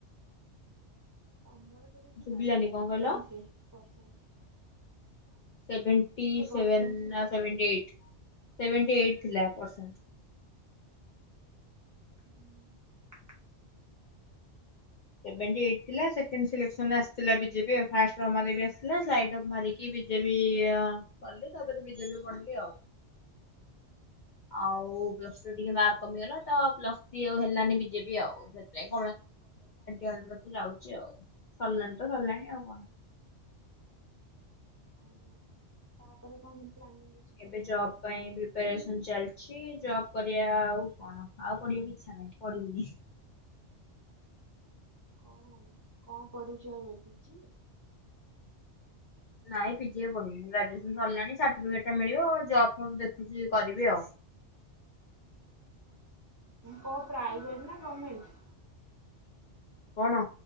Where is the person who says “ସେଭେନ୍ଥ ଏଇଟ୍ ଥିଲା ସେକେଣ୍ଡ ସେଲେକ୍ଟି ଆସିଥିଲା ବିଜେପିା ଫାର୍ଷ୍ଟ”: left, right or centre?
Left